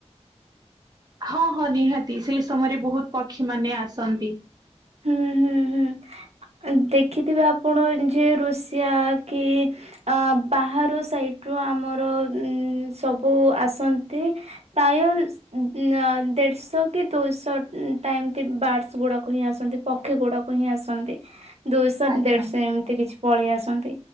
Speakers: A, on the right (about 35°); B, on the right (about 65°).
A: ହଁ ହଁ ନିହାତି ସେଇ ସମୟରେ ବହୁତ ପକ୍ଷୀ ମାନେ ଆସନ୍ତି।
B: ହୁଁ ହୁଁ ହୁଁ ଦେଖିଥିବେ ଆପଣ ଯେ ରଋଷିଆ କି ଆ ବାହାରୁ ସାଇଟ୍ ରୁ ଆମର ସବୁ ଆସନ୍ତି। ପ୍ରାୟଲସ୍। ଦେଢଶହ କି ଦୁଇଶହ ଟାଇମତି ବାଡର୍ସ ଗୁଡାକ ହିଁ ଆସୁ ପକ୍ଷୀ ଗୁଡାକୁ ହିଁ ଆସନ୍ତି ଦୁଇଶହ
A: ଆଜ୍ଞା
B: ଦେଢଶହ ଏମିତି କିଛି ପଳେଇ ଆସନ୍ତି।